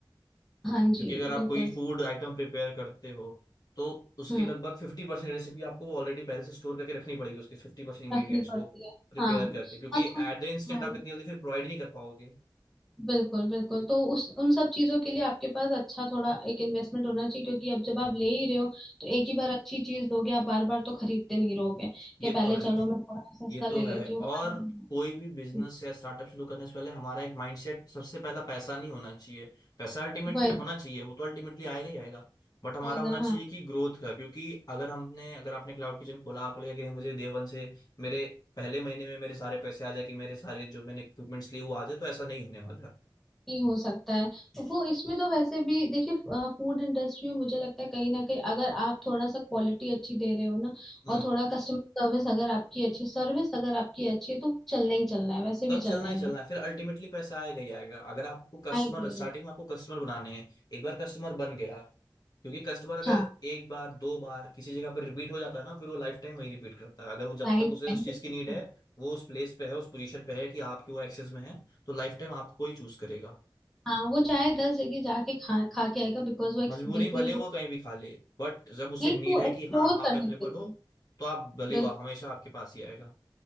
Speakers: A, in the centre; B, on the left (about 50°).
A: हाँ जी
B: क्योंकि अगर आप
A: बिल्कुल
B: कोई फूड आइटम प्रिपेयर करते हो तो उसकी
A: हम्म
B: लगभग फिफ्टी परसेंट रेसिपी आपको ऑलरेडी पहले से स्टोर करके रखनी पड़ेगी उसके फिफ्टी परसेंट इंग्रीडियंट्स
A: रखनी पड़ती
B: को
A: है
B: प्रिपेयर
A: हाँ
B: करके क्योंकि
A: हाँ
B: एट
A: तो
B: द इंस्टेंट
A: वही
B: आप इतनी जल्दी फिर प्रोवाइड नहीं कर पाओगे
A: बिल्कुल बिल्कुल तो उस उन सब चीजों के लिए आपके पास अच्छा थोड़ा एक इन्वेस्टमेंट होना चाहिए क्योंकि अब जब आप ले ही रहे हो तो एक ही बार अच्छी चीज लोगे आप बार बार तो खरीदते नहीं रहोगे कि
B: ये
A: पहले
B: तो है
A: चलो मैं थोड़ा सस्ता
B: ये
A: ले
B: तो है
A: लेती हूँ
B: और
A: बाद में
B: कोई भी बिजनेस
A: हम्म,
B: या स्टार्टअप शुरू करने से पहले हमारा एक माइंडसेट सबसे पहला पैसा नहीं होना चाहिए पैसा अल्टीमेटली
A: वही
B: होना चाहिए वो तो अल्टीमेटली आएगा ही आएगा बट हमारा
A: आएगा
B: होना चाहिए
A: हाँ
B: कि ग्रोथ का क्योंकि अगर हमने अगर आपने क्लाउड किचन खोला आपको लगेगा कि मुझे डे वन से मेरे पहले महीने में मेरे सारे पैसे आ जाए कि मेरे सारे जो मैंने इक्विपमेंट्स लिए वो आ जाए तो ऐसा नहीं होने वाला है
A: ही हो सकता है वो इसमें तो वैसे भी देखिए फूड इंडस्ट्री में मुझे लगता है कहीं ना कहीं अगर आप थोड़ा सा क्वालिटी अच्छी दे रहे हो ना
B: हम्म
A: और थोड़ा कस्टमर सर्विस अगर आपकी अच्छी सर्विस अगर आपकी अच्छी है तो चलना ही चलना है वैसे
B: तब
A: भी
B: चलना
A: चलना ही
B: ही चलना
A: है
B: है फिर अल्टीमेटली पैसा आएगा ही आएगा अगर आपको कस्टमर
A: I agree
B: स्टार्टिंग में आपको कस्टमर बनाने हैं एक बार कस्टमर बन गया क्योंकि कस्टमर अगर
A: हाँ
B: एक बार दो बार किसी जगह पर रिपीट हो जाता है ना फिर वो लाइफ टाइम वही रिपीट करता है अगर वो जब
A: I
B: तक उसे
A: thank
B: उस चीज
A: you
B: की नीड है
A: हाँ
B: वो उस प्लेस पे है उस पोजीशन पे है कि आपके वो एक्सेस में है तो लाइफ टाइम आपको ही चूज करेगा
A: हाँ, वो चाहे दस जगह जाके खा खा के आएगा बिकॉज वो ex-
B: मजबूरी
A: बिल्कुल
B: में भले
A: वो
B: वो कहीं भी खा ले बट जब उसे
A: नहीं
B: नीड
A: वो
B: है
A: एक्सप्लोर
B: कि हाँ आप
A: करने
B: अवेलेबल
A: के लिए
B: हो तो आप भले
A: बिल्कुल
B: वह हमेशा आपके पास ही आएगा